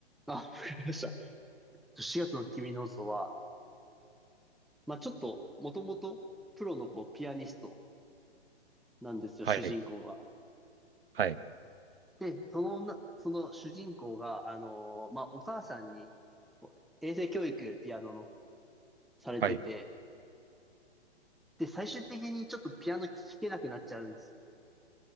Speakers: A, in the centre; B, on the right (about 60°).
A: あ、わかりました。4月の君の嘘は、まあちょっと、もともと、プロのこう、ピアニストなんですよ、
B: はい、
A: 主人公が。
B: はい、
A: で、その女、その主人公が、あのーまあお母さんに、こう衛生教育、ピアノの、されてて、
B: はい、
A: で、最終的にちょっとピアノ聴けなくなっちゃうんです。